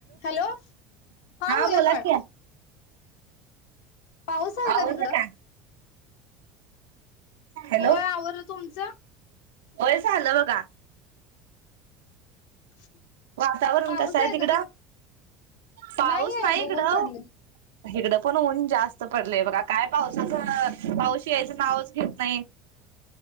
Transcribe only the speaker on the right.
बोला
की
आवरल
का? हॅलो
वय झालं बघा.
वातावरण
कस हाय
तिकडं?
पाऊस
नाय इकडं.
हिकड पण ऊन जास्त पडलेय बघा काय पावसाचं अं पाऊस यायचं नावच घेत नाही.